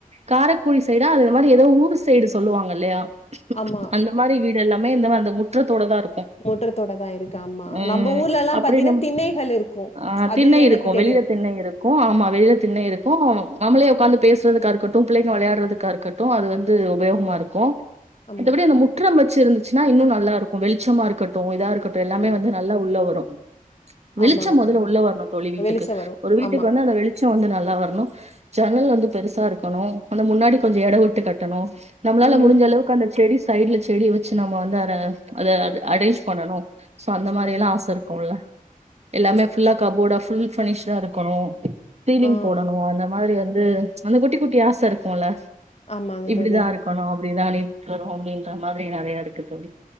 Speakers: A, on the right (about 45°); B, on the left (about 45°).
A: காரைக்குடி சைடா அது இந்த மாரி ஏதோ ஊர் சைடு சொல்லுவாங்க இல்லையா
B: ஆமா.
A: அந்த மாரி வீட் எல்லாமே இந்த அந்த முற்றத்தோ தான் இருக்கும்
B: முற்றத்தோட தான் இருக்கு. ஆமா.
A: உம்
B: நம்ப ஊர்லலாம்
A: அப்படி
B: பாத்தீங்கன்னா,
A: நம்
B: திண்ணைகள் இருக்கும்.
A: அஹ்
B: அது
A: திண்ணனை
B: எனக்கு
A: இருக்கும்
B: தெரியும்.
A: வெளியில திண்ணை இருக்கும் ஆமா வெளியில திண்ணை இருக்கும் நம்மளே உ்காந்து பேசறதுக்காக இருக்கட்டும் பிள்ளைங்க விளையாடுறதுக்காக இருக்கட்டும் அது வந்து உபயோகமா இருக்கும்
B: ஆமா.
A: மத்தபடி அந்த முற்றும் வச் இருந்துச்சுன்னா இன்னும் நல்லா இருக்கும் வெளிச்சமா இருக்கட்டும் இதா இருக் எல்லாமே
B: ஆ
A: வந்து நல்லா உள்ள வரும் வெளிச்சம்
B: ஆமாங்க
A: முதல்ல
B: தோழி.
A: உள்ள வரணும் தொழி வீட்டுக்கு
B: வெளிச்சம் வரும்.
A: ஒரு வீட்டுக்கு
B: ஆமா.
A: வந்து அந்த வெளி வெளிச்சம் வந்து நல்லா வரணும் ஜன்னல் வந்து பெருசா இருக்கணும் அந்த முன்னாடி கொஞ்சம் எட விட்டு கட்டணும் நம்மளால
B: ம்.
A: முடிஞ்சளவுக்கு அந்த செடி சைட்ல செடி வச்சு நம்ம வந்தற அத
B: ம்.
A: அடஸ் பண்ணனும் சோ அந்த மாரி
B: ஆமா.
A: எல்லாம் ஆச இருக்கும்ல்ல எல்லாமே ஃபுல்லா கபோர்டா ஃபுல் ஃபர்னிஷ்டா இருக்கணும் திலிங்
B: ஆ
A: போடணும் அந்த மாரி வந்து அந்த குட்டி குட்டி ஆச இருக்கு ல
B: ஆமாங்க
A: இப்டிதான்
B: தோழி.
A: இருக்கு <unintelligible> அப்டிதான் நீ தரும் அப்டின்ற மாரி நெறைய இருக்குது <unintelligible>